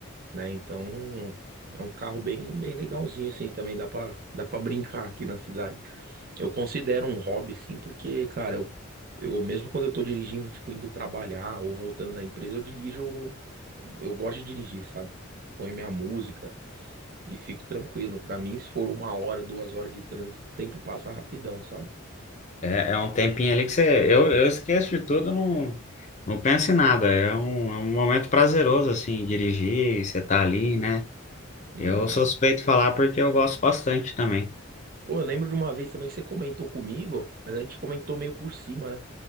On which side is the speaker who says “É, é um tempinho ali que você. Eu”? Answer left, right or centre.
Left